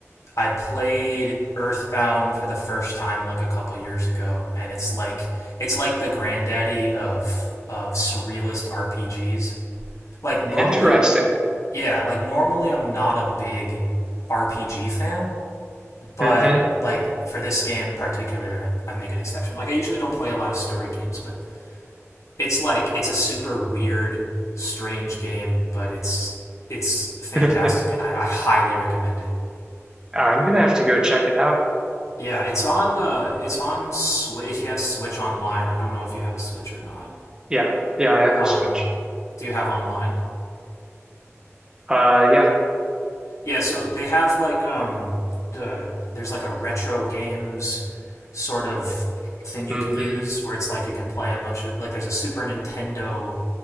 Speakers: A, on the left (about 80°); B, on the right (about 15°).
A: I played Earthbound for the first time like a couple years ago, and it's like it's like the granddaddy of of surrealist RPGs. Like normally,
B: Interesting.
A: I'm Yeah, like normally I'm not a big RPG fan, but
B: hmm
A: like for this game in particular, I, I make an exception. Like I usually don't play a lot of story games, but it's like it's a super weird, strange game, but it's it's fantastic,
B: <laughs>
A: and I, I highly recommend it.
B: I'm gonna have to go check it out.
A: Yeah, it's on uh, it's on Switch. If you have Switch online, I don't know if you have a Switch or not.
B: Yeah, yeah, I have
A: Um,
B: a Switch.
A: do you have online?
B: Uh, yeah.
A: Yeah, so they have like um the there's like a retro games sort of thing you
B: hmm
A: can use where it's like you can play a bunch of like there's a Super Nintendo